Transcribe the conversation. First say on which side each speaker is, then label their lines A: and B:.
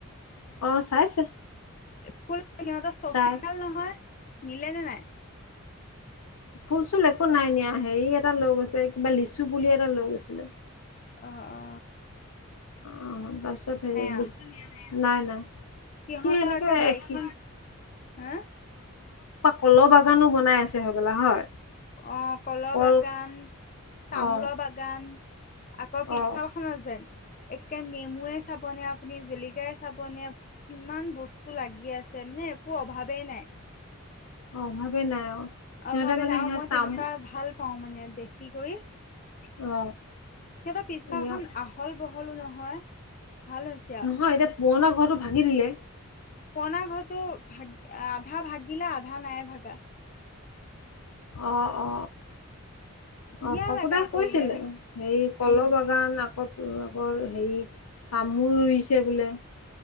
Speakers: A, on the left (about 85°); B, on the left (about 35°).
A: অহ চাইছে।
B: ফুল সিহঁতৰ চখিয়াল
A: চাই
B: নহয় নিলে নে নাই।
A: ফুল চুল একো নাই নিয়া হেৰি এটা লৈ গৈছে কিবা লিচু পুলি এটা লৈ গৈছে।
B: অ অ।
A: অ তাৰপিছত হেৰি
B: আৰু
A: লিচু <unintelligible> নাই নাই।
B: সিহঁতৰ
A: সি সেনেকে
B: একে বাৰীখন
A: সি
B: হা।
A: কলো বাগানো বনাই আছে হবলা হয়।
B: অ কলো
A: কল
B: বাগান। তামোলৰ
A: অ
B: বাগান আকৌ পিছফাল
A: অ
B: খন। <unintelligible> একে নেমুৱে চাবনে আপুনি জলকিয়াই চাবনে কিমান বস্তু লাগি আছে। <unintelligible> একো অভাৱেই নাই।
A: অভাৱেই নাই অ। সিহঁতে
B: অভাৱেই
A: মানে
B: নাই আৰু
A: সেয়া
B: মই
A: তাম
B: তেনেকুৱা ভাল পাওঁ মানে দেখি কৰি।
A: অ।
B: সিহঁতৰ পিছফাল
A: ইয়া
B: খন আহল বহলো নহয় ভাল হৈছে আৰু।
A: নহয় এতিয়া পুৰণা ঘৰটো ভাঙি দিলে।
B: পুৰনা ঘৰতো ভাগি আধা ভাগিলে আধা নাই ভাগা।
A: অ অ অ।
B: ধুনীয়া
A: অ পাপু
B: লগা
A: দাই
B: কৰিলে
A: কৈছিলে হেৰি কলো
B: উম
A: বাগান আকৌ। <unintelligible> হেৰি তামোল ৰুইছে বোলে।